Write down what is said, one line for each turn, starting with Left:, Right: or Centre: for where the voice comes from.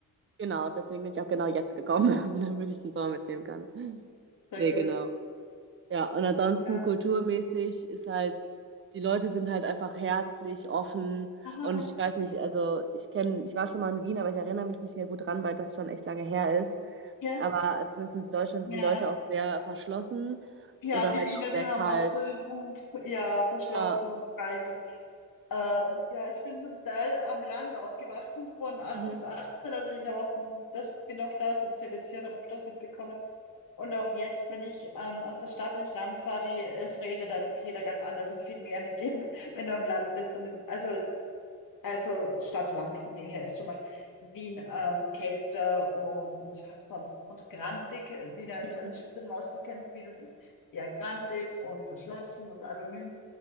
Right: Genau, deswegen bin ich auch genau jetzt gekommen, <laughs> damit ich den Sommer mitnehmen kann.
Left: Sehr
Right: Nee,
Left: gut.
Right: genau. Ja, und ansonsten
Left: Ja.
Right: kulturmäßig ist halt, die Leute sind halt einfach herzlich, offen
Left: Aha.
Right: und ich weiß nicht, also ich kenne, ich war schon mal in Wien, aber ich erinnere mich nicht mehr gut dran, weil das schon echt lange her ist.
Left: Ja.
Right: Aber zumindest in Deutschland
Left: Ja.
Right: sind die Leute auch sehr verschlossen
Left: Ja,
Right: oder
Left: die
Right: halt
Left: Wiener,
Right: auch
Left: die
Right: sehr
Left: haben
Right: kalt.
Left: auch so den Ruf, ja, verschlossen
Right: Ja.
Left: und kalt. Und, ähm, ja, ich bin zum Teil am Land aufgewachsen, von acht
Right: Mhm.
Left: bis achtzehn Also ich habe auch das, bin auch da sozialisiert, habe auch das mitbekommen. Und auch jetzt, wenn ich ähm, aus der Stadt ins Land fahre, die, es redet einfach jeder ganz anders und viel mehr mit dir, <laughs> wenn du am Land bist. Und also Also Stadt-Land, von dem her ist schon mal Wien ähm, kälter und sonst und grantig. Äh, Wiener,
Right: Mhm.
Left: ich weiß nicht, ob du den Ausdruck kennst, wie das ist. Eher grantig und verschlossen und anonym.